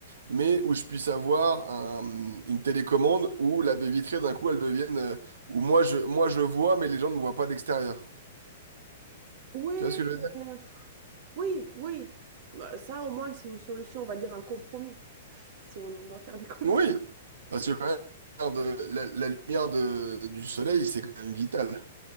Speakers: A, on the right; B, on the right.
A: mais où je puisse avoir un- une télécommande où la baie vitrée d'un coup elle devienne, euh, où moi je, moi je vois mais les gens ne me voient pas de l'extérieur.
B: Oui,
A: Tu vois ce que je
B: mais,
A: veux dire?
B: euh, pff, oui, oui. Bah, Ça, au moins, c'est une solution, on va dire un compromis, <laughs> <sighs> si on doit faire des compromis.
A: Oui, parce que quand même, la, lumière de- la- la lumière de- du soleil c'est quand même vital.